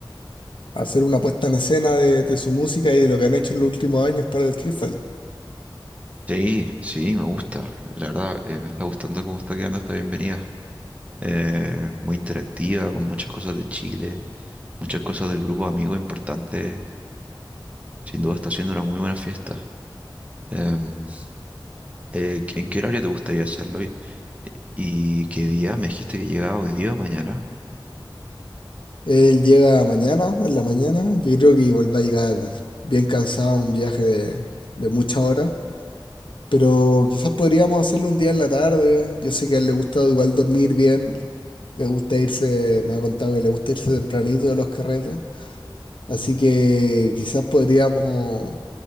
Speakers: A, on the left; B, on the right.
A: hacer una puesta en escena de, de su música y de lo que han hecho en los últimos años para el Krifal.
B: Sí, sí, me gusta. La verdad, eh, me está gustando cómo está quedando esta bienvenida. Eh, muy interactiva, con muchas cosas de Chile, muchas cosas del grupo de amigos importantes. Sin duda está siendo una muy buena fiesta. Em, eh, ¿en qué horario te gustaría hacerlo? ¿Y, y qué día? Me dijiste que llegaba hoy día o mañana.
A: Él llega mañana, en la mañana, yo creo que igual va a llegar bien cansado, un viaje de, de muchas horas, pero quizás podríamos hacerlo un día en la tarde, yo sé que a él le gusta igual dormir bien, le gusta irse, me ha contado que le gusta irse tempranito de los carretes, así que quizás podríamos...